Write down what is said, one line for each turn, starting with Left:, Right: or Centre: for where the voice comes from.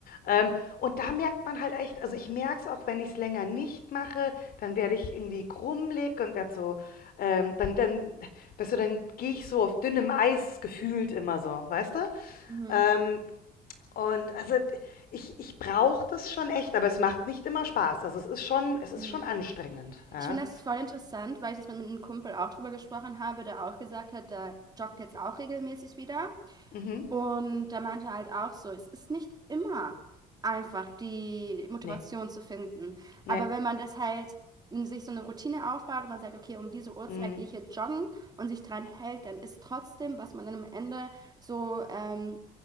Left: Ähm, und da merkt man halt echt, also ich merke es auch, wenn ich es länger nicht mache, dann werde ich irgendwie krummelig und werde so, ähm, dann, dann, weißt du, dann gehe ich so auf dünnem Eis gefühlt immer so, weißt du?
Right: Mhm.
Left: Ähm, und also ich ich brauche das schon echt, aber es macht nicht immer Spaß. Also, es ist schon es ist
Right: Mhm.
Left: schon anstrengend, ja.
Right: Ich finde das voll interessant, weil ich jetzt mit einem Kumpel auch drüber gesprochen habe, der auch gesagt hat, der joggt jetzt auch regelmäßig wieder.
Left: Mhm.
Right: Und der meinte halt auch so, es ist nicht immer einfach, die Motivation
Left: Ne,
Right: zu finden.
Left: ne.
Right: Aber wenn man das halt in sich so eine Routine aufbaut und man sagt, okay, um diese Uhrzeit
Left: Mhm.
Right: gehe ich jetzt joggen und sich dran hält, dann ist trotzdem, was man dann am Ende so ähm,